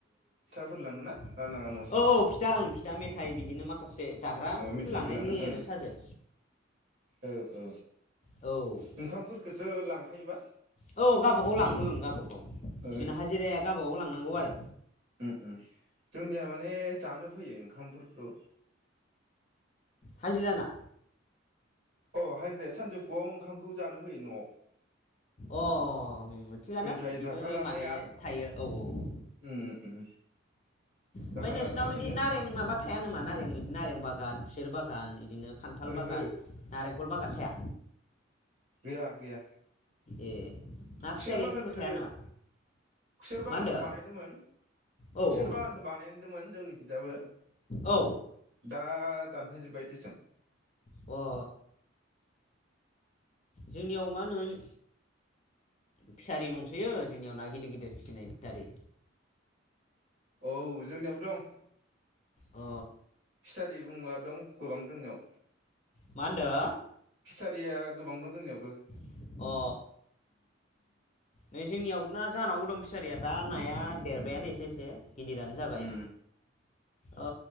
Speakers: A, on the right; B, on the left.
A: फोर लाङोना।
B: औ
A: ना लाङा न'आव सं
B: औ फिथा ओ फिथा मे थाय बिदिनो मा खासे जाग्रा
A: अ मिथाइबो
B: लांनाय
A: लाङो
B: जायो
A: ओं
B: आरो साजों
A: औ औ
B: औ
A: ओंखामफोरखौथ' लांखायोबा
B: औ गाबागाव लाङो गावाबा गाव
A: ओ
B: जोंना हाजिराया गावबा गाव लांनांगौ आरो।
A: उम उम जोंनिया माने जानो फैयो ओंखामफोरखौ।
B: हाजिराना।
A: औ हाजिराया सानजौफुआव ओंखामखौ जानो फैयो नआव।
B: अ थिगानो
A: ओमफ्राय
B: बिबो
A: जाखांनानै
B: माने
A: आरो
B: थायो औ औ।
A: उम उम
B: ओमफाय
A: जाखांना
B: नोंसिनाव
A: आरो थांफिनो
B: इदि नारें माबा थाया नामा नारें <unintelligible> नारें बागान। खुसेर बागान। बिदिनो खान्थाल
A: ओहो
B: बागान नारेंखल बागान थाया।
A: गैया गैया।
B: ए ना
A: खुसेर
B: फिसारिफोरबो
A: बागानखो
B: थाया नामा
A: खुसेर बागानखो
B: मा होनदो
A: बानायदोंमोन
B: औ
A: खुसेर
B: औ
A: बागानखो बानायदोंमोन जोंनि हिजाबो।
B: औ
A: दा। दानफायजोब्बाय <unintelligible>
B: वा। जोंनियाव मा होनो फिसारि दंसैयो जोंनियाव ना गिदिर गिदिर फिसिनाय फिसारि।
A: औ जोंनियावबो दं।
B: अ।
A: फिसारि बुंबा दं गोबां दंनायाव।
B: मा होनदो।
A: फिसारिया गोबां दं जोंनियावबो।
B: अ नै जोंनियावबो ना जाहानावबो दं फिसारिया दा नाया देरबायानो एसे एसे। गिदिरानो जाबाय।
A: उम
B: ओ